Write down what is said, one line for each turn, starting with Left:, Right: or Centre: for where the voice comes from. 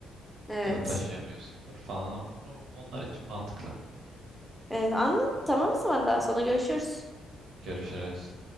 Centre: Evet.
Right: Ya da taşıyamıyorsundur falan. O, onlar için mantıklı.
Centre: Evet anladım. Tamam o zaman daha sonra görüşürüz.
Right: Görüşürüz.